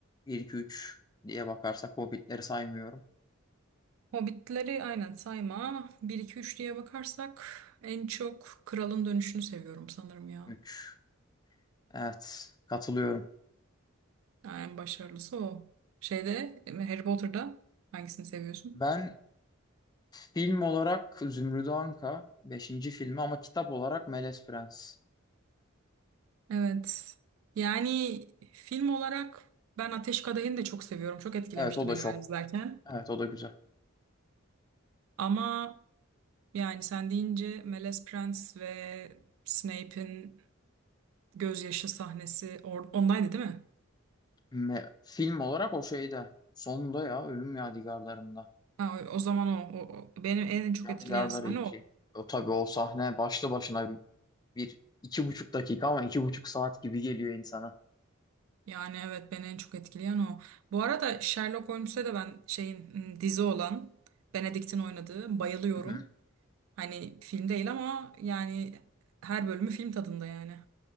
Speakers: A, on the left; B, on the right.
A: 1, 2, 3 diye bakarsak Hobbit'leri saymıyorum.
B: Hobbitleri aynen sayma. bir iki üç diye bakarsak en çok Kralın Dönüşü'nü seviyorum sanırım ya.
A: 3. Evet, katılıyorum.
B: Ha, En başarılısı o. Şeyde Harry Potter'da hangisini seviyorsun?
A: Ben film olarak Zümrüdü Anka beşinci filmi ama kitap olarak Melez Prens.
B: Evet. Yani film olarak ben Ateş Kadehi'ni de çok seviyorum. Çok etkilemişti
A: Evet o da
B: beni
A: çok.
B: ben izlerken.
A: Evet o da güzel.
B: Ama yani sen deyince Melez Prens ve Snape'in gözyaşı sahnesi or- ondaydı değil mi?
A: Me- film olarak o şeyde. Sonunda ya Ölüm Yadigarlarında.
B: Ha, o, o zaman o, o- o- Benim en çok
A: Yadigarları
B: etkileyen sahne
A: 2.
B: o.
A: O tabii o sahne başlı başına bir, bir iki buçuk dakika ama iki buçuk saat gibi geliyor insana.
B: Yani evet beni en çok etkileyen o. Bu arada Sherlock Holmes'e de ben şeyin m, dizi olan Benedict'in oynadığı bayılıyorum.
A: <laughs>
B: Hani film değil ama yani her bölümü film tadında yani.